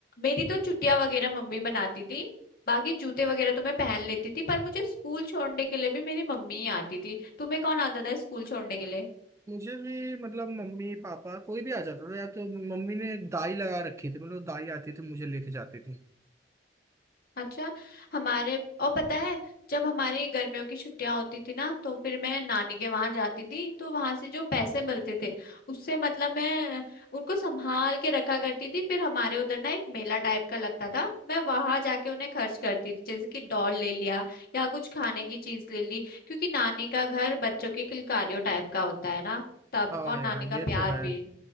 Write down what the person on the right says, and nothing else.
मुझे भी मतलब मम्मी पापा कोई भी आ जाता था या तो मम्मी ने दाई लगा रखी थी मतलब दाई आती थी मुझे लेके जाती थी
हाँ
यार
ये
तो है